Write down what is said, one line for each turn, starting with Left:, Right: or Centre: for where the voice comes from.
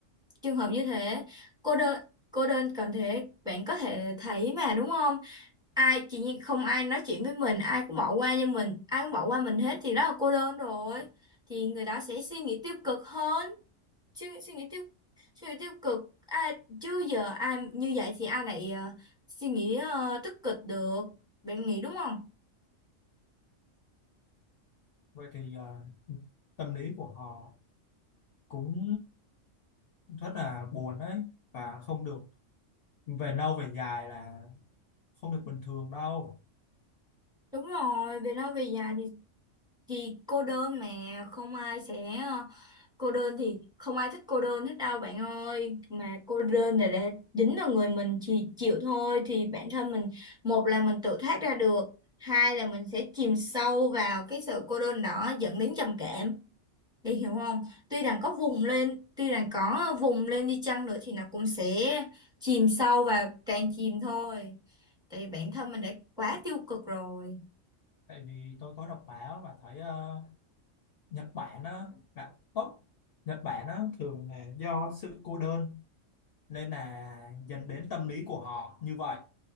Centre: Trường hợp như thế, cô đơn cô đơn cần thế, bạn có thể thấy mà đúng không? Ai chỉ như không ai nói chuyện với mình, ai cũng bỏ qua như mình, ai cũng bỏ qua mình hết thì đó là cô đơn rồi. Thì người đó sẽ suy nghĩ tiêu cực hơn, suy, suy nghĩ tiêu suy nghĩ tiêu cực. Ai chứ giờ ai như vậy thì ai lại ờ, suy nghĩ ờ, tích cực được. Bạn nghĩ đúng không?
Left: Vậy thì ờ, tâm lý của họ cũng rất là buồn đấy và không được về lâu về dài là không được bình thường đâu
Centre: Đúng rồi, về lâu về dài thì thì cô đơn mà không ai sẽ ờ, cô đơn thì không ai thích cô đơn hết đâu bạn ơi mà cô đơn là để dính vào người mình chỉ chịu thôi thì bản thân mình một là mình tự thoát ra được hai là mình sẽ chìm sâu vào cái sự cô đơn đó dẫn đến trầm cảm để hiểu không tuy rằng có vùng lên tuy rằng có vùng lên đi chăng nữa thì nó cũng sẽ chìm sâu và càng chìm thôi tại vì bản thân mình đã quá tiêu cực rồi
Left: tại vì tôi có đọc báo và thấy ờ, Nhật Bản á là tốt Nhật Bản á thường là do sự cô đơn nên là dẫn đến tâm lý của họ như vậy